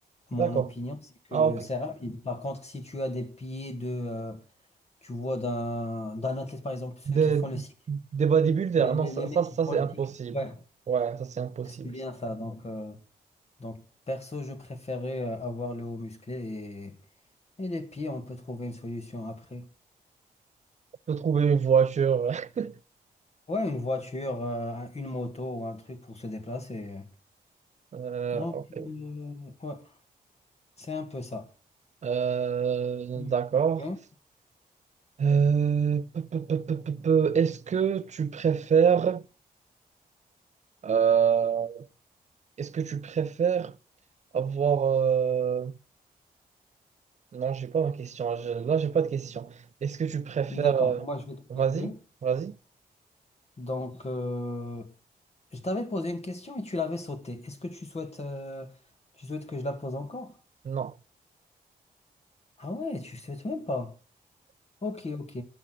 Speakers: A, on the left; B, on the right.
A: mon
B: d'accord.
A: opinion, c'est que
B: Ah ok.
A: c'est rapide. Par contre, si tu as des pieds de euh, tu vois, d'un d'un athlète, par exemple, ceux
B: Des,
A: qui font le cycle,
B: des bodybuilders,
A: les, les,
B: non, ça,
A: les mecs
B: ça, ça,
A: qui font
B: c'est
A: le
B: impossible.
A: cycle. Ouais,
B: Ouais, ça c'est impossible.
A: c'est bien ça. Donc, euh, donc perso, je préférais euh, avoir le haut musclé et, et les pieds, on peut trouver une solution après.
B: On peut trouver une voiture. <laughs>
A: Ouais, une voiture, euh, un- une moto ou un truc pour se déplacer.
B: Euh,
A: Donc,
B: ok.
A: euh, ouais, c'est un peu ça.
B: Euh,
A: Mm.
B: d'accord.
A: Hein
B: Euh, peu, peu, peu, peu, peu, peu. Est-ce que tu préfères euh, Est-ce que tu préfères avoir... euh, Non, j'ai pas ma question. Je- Là, j'ai pas de question. Est-ce que tu préfères...
A: D'accord,
B: euh,
A: moi je vais te
B: Vas-y,
A: poser.
B: vas-y.
A: Donc, euh, je t'avais posé une question et tu l'avais sautée. Est-ce que tu souhaites, euh, tu souhaites que je la pose encore?
B: Non.
A: Ah ouais, tu souhaites même pas. Ok, ok.